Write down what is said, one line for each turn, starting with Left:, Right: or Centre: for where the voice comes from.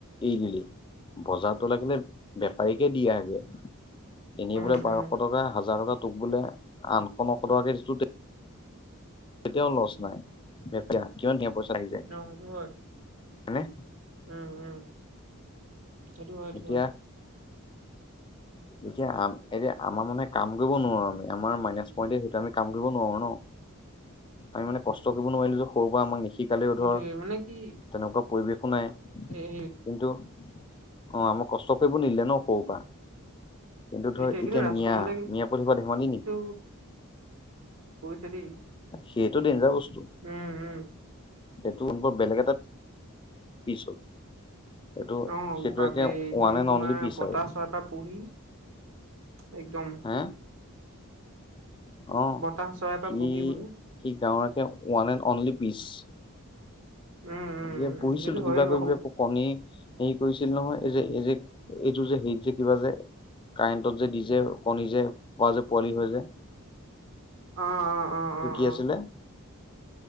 Left: এৰি দিলি বজাৰ তই লাগিলে বেপাৰীকে দি আহগে। এনে
Right: উম,
Left: বোলে
Right: উম,
Left: বাৰশ টকা হাজাৰ টকা তোক বোলে আঠশ নশ টকা কে দিছে তেতিয়াও লচ নাই কিমান ধুনীয়া পইচা আহি যায়।
Right: অ', সেইটো হয়,
Left: হয়নে
Right: উম, উম, সেইটো হয়, সেইটো
Left: এতিয়া
Right: হয়। <inaudible>
Left: এতিয়া আ এতিয়া আমাৰ মানুহে কাম কৰিব নোৱাৰো আমি আমাৰ মাইনাছ পইন্টে সেইটো আমি কাম কৰিব নোৱাৰো ন।
Right: <inaudible>
Left: আমি মানে কষ্ট কৰিব নোৱাৰিলো যে সৰুৰ পৰা আমাক নি শিকালেও
Right: সেইটোয়ে
Left: ধৰ
Right: মানে কি
Left: তেনেকুৱা পৰিৱেশো নাই কিন্তু
Right: এই
Left: অ আমাক কষ্ট কৰিব নিদিলে ন সৰু পৰা। কিন্তু ধৰ
Right: এইটোৱে কিন্তু
Left: এতিয়া
Right: ৰাজকমলে
Left: মিয়া মিয়া পুৱালহুপা ধেমালি
Right: কিন্তু
Left: নেকি।
Right: কৰিছে দেই
Left: সেইটো ডেঞ্জাৰ বস্তু।
Right: উম উম।
Left: সেইটো বেলেগ এটা পিছ হল। সেইটো
Right: অ
Left: সেইটো
Right: বাব
Left: একে
Right: ৰে একদম
Left: ওৱান এণ্ড
Right: তোমাৰ
Left: অনলি পিচ
Right: বতাহ
Left: আৰু
Right: চৰাই এটা পুহি একদম
Left: হে অ
Right: বতাহ চৰাই
Left: সি
Right: পৰা পুহি বোলো
Left: সি গাঁৱৰ একে ওৱান এণ্ড অনলি পিচ।
Right: উম উম
Left: আগে পুহিছিলো
Right: সেইটোতো হয়েই
Left: কিবা
Right: বাৰু
Left: কিবি কণী হেৰি কৰিছিল নহয় এই যে এই যে এইটো যে হেৰিত যে কিবা যে কাৰেণ্টত যে দি যে কণী যে পোৱা যে পোৱালি হৈ যায়
Right: অ অ অ
Left: সেইটো
Right: অ
Left: কি
Right: অ
Left: আছিলে?